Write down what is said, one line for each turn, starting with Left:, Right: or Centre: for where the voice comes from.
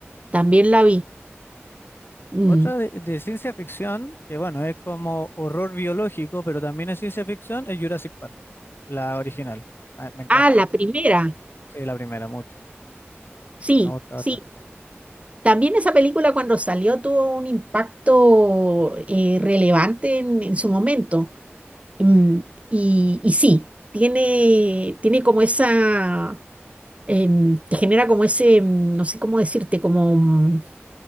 Right: También la vi. Mm.
Left: Otra de, de ciencia ficción, que bueno, es como horror biológico, pero también es ciencia ficción, es Jurassic Park, la original. Ah, me encanta.
Right: Ah, la primera.
Left: Sí, la primera, mucho.
Right: Sí,
Left: Me gusta
Right: sí.
Left: bastante.
Right: También esa película cuando salió tuvo un impacto eh, relevante en en su momento. Mm, y, y sí, tiene, tiene como esa, em, te genera como ese, mm, no sé cómo decirte, como mm,